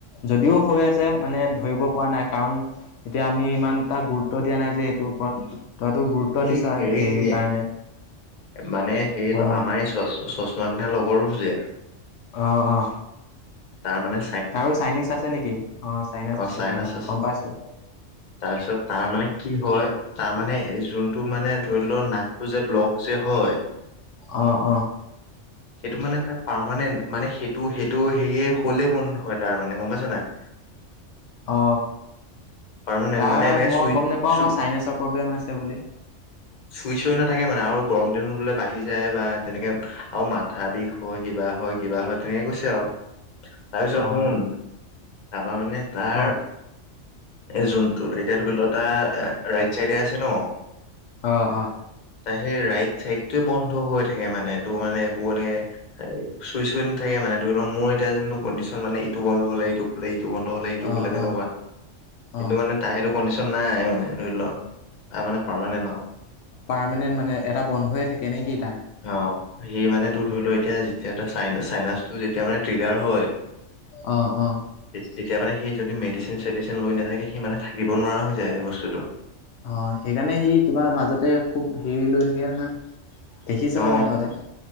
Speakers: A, on the left (about 75°); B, on the left (about 40°).
A: যদিও হৈ আছে মানে ধৰিব পৰা নাই কাৰণ এতিয়া আমি ইমানটা গুৰুত্ব দিয়া নাই যে এইটোৰ ওপৰত তইতো গুৰুত্ব দিছ
B: এই হেৰি
A: হেৰিৰ
B: যে
A: কাৰণে
B: মানে হে
A: অ
B: আমাৰ এই চ চ চশমা পিন্ধা লগৰটো যে
A: অ অ
B: তাৰমানে
A: তাৰো চাইনিজ আছে নেকি, অ চাইনিজ
B: অ
A: আছে
B: চাইনাচ
A: তাৰ অ
B: আছে
A: গম পাইছো।
B: তাৰপিছত তাৰ মানে কি হয় তাৰ মানে এই যোনটো মানে ধৰি ল নাকটো যে ব্লক যে হয়
A: অ অ
B: সেইটো মানে তাৰ পাৰমানেন্ট, মানে সেইটো সেইটো হেয়ে হ'লে বন্ধ হয় তাৰ মানে গম পাইছ নাই?
A: অ
B: পাৰমানেন্ট
A: তাৰ
B: মানে এনেকে
A: মই
B: চুই
A: গম নাপাওঁ
B: চু
A: বাঅ চাইনেছৰ প্ৰব্লেম হৈছে বুলি
B: চুই চুই নাথাকে মানে, আৰু গৰম দিন বোলে বাঢ়ি যায় বা তেনেকে আৰু মাত মাথা বিষ হয়, কিবা হয় কিবা হয় তেনেকে কৈছে আৱ তাৰপিছত
A: অ
B: শুন তাপা মানে তাৰ
A: ক
B: জোনটো এতিয়া ধৰি ল তাৰ ৰাইট চাইডে আছে ন
A: অ অ
B: তা সেই ৰাইট চাইডটোৱে বন্ধ হৈ থাকে মানে তোৰ মানে একো মানে এ চুই চুই নাথাকে মানে ধৰি ল মই এতিয়া যোনটো কনডিশ্বন মানে ইটো বন্ধ হলে ইটো খোলে, ইটো বন্ধ হলে ইটো
A: অ
B: খোলে তেনেকুৱা।
A: অ
B: কিন্তু
A: অ
B: মানে তাই সেইটো কনডিশ্বন নাই মানে ধৰি ল তাৰ মানে পাৰমানেণ্ট আৱ
A: পাৰমানেণ্ট মানে এটা বন্ধয়ে থাকে নে কি তাৰ?
B: অ সি মানে তোৰ ধৰি ল এতিয়া যেতিয়া চাইনা চাইনাছটো যেতিয়া মানে ফ্ৰিগাৰ হয়
A: অ', অ'।
B: তেতিয়া মানে সি যদি মেডিচেন চেডিচেন লৈ নাথাকে, সি মানে থাকিব নোৱাৰা হৈ যায় বস্তুটো।
A: অ সেইকাৰণে সি কিবা মাজতে খুব হেৰি লৈ থাকে নহয়। দেখিছোঁ
B: অ
A: মানে আগতে